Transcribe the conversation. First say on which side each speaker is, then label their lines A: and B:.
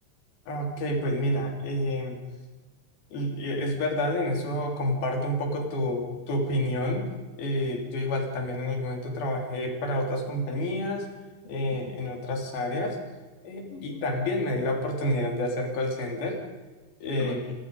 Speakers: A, on the left; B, on the left.
A: Ok, pues mira, eh, y- y es verdad, en eso comparto un poco tu, tu opinión. Eh, yo igual también en algún momento trabajé para otras compañías, eh,
B: Ujú,
A: en otras áreas, eh,
B: ujú.
A: y también me di la oportunidad de hacer call center. eh,
B: Ok.